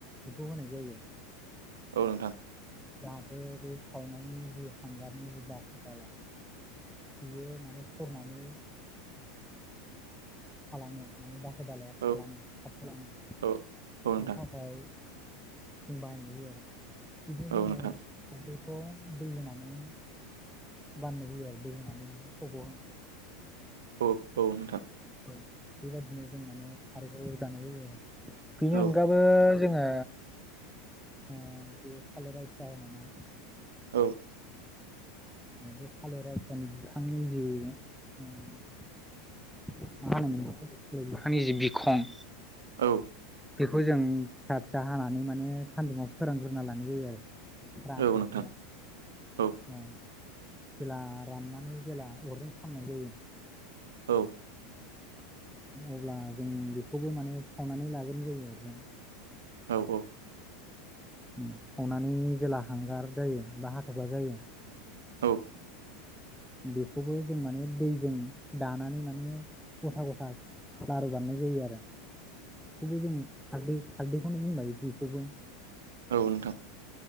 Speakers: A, in the centre; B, on the right.
A: बिफौ होनाय जायो।
B: औ नोंथां
A: जाहाथे बे सावनायनि जि हांगारनि जि दाखोर दाला बियो माने सरनानै थालाङो माने दाखोर दालायाव
B: औ
A: थाङो थाबङो
B: औ औ नोंथां
A: बेनि थाखाय जों बायनाय जायो आरो बिदिनो
B: औ नोंथां
A: जोङो दै होनानै बाननाय जायो आरो दै होनानै बि खब होन
B: औ औ नोंथां
A: औ बेबायदिनो जों माने खारैखौ जानाय जायो आरो बेनि
B: औ
A: अनगाबो
B: औ
A: जोङो ओ बे थालिराथिया होनोना
B: औ
A: बे थालिर आथियानि बिफांनि जि ओं मा <unintelligible> बिफानि जे बिखं
B: औ
A: बेखौ जों फिसा फिसा हानानै माने सानदुङाव फोरोंग्रोना लानाय जायो आरो रानजासे
B: औ नोंथां औ नोंथां औ
A: ओं जेला राननानै जेला अरजों खालामनाय जायो।
B: औ
A: अब्ला जों बेखौबो माने सावनानै लाग्रोनाय जायो आरो जों
B: औ औ
A: सावनानै जेला हांगार जायो बा हाथ'फ्ला जायो
B: औ
A: बेखौबो जों माने दैजों दानानै माने गथा गथा लारु बानायनाय जायो आरो बेखौबो जों खारदै खारदैखौनो बुंबाय बेखौबो
B: औ नोंथां